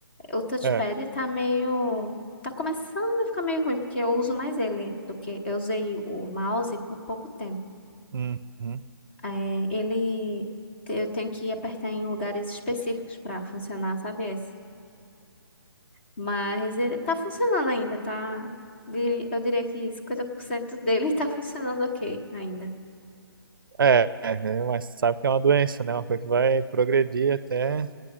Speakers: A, on the left (about 25°); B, on the right (about 60°).
A: O touchpad
B: É.
A: tá meio. Tá começando a ficar meio ruim, porque eu uso mais ele do que. Eu usei o mouse por pouco tempo.
B: uhum.
A: É, ele. Eu tenho que apertar em lugares específicos pra funcionar, sabe? esse? Mas ele tá funcionando ainda, tá? Diri- Eu diria que 50% dele <laughs> tá funcionando ok ainda.
B: É, é, é, mas sabe que é uma doença, né? Uma coisa que vai progredir até